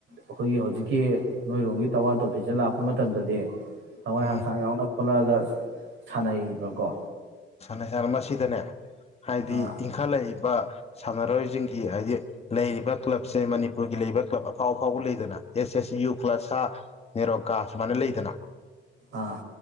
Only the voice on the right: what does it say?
ꯑꯈꯣꯏꯒꯤ ꯍꯧꯖꯤꯛꯀꯤ ꯅꯣꯏꯔꯣꯝꯒꯤ ꯇꯋꯥ ꯇꯣꯐꯤꯁꯦ ꯂꯥꯛꯄ ꯃꯇꯝꯗꯗꯤ ꯊꯋꯥꯏ
ꯍꯛꯆꯥꯡ ꯁꯥꯎꯅ ꯊꯣꯛꯂꯛꯑꯒ ꯁꯥꯟꯅꯩꯌꯦꯕꯀꯣ
ꯑꯥ
ꯑꯥ